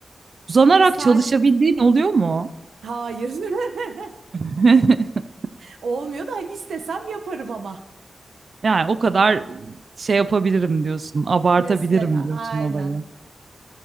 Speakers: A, on the right; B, on the right.
A: Uzanarak
B: bir saat
A: çalışabildiğin oluyor mu?
B: hayır. <laughs>
A: <laughs>
B: Olmuyor da hani istesem yaparım ama.
A: Yani o kadar şey yapabilirim diyorsun, abartabilirim
B: Mesela
A: diyorsun
B: aynen.
A: olayı.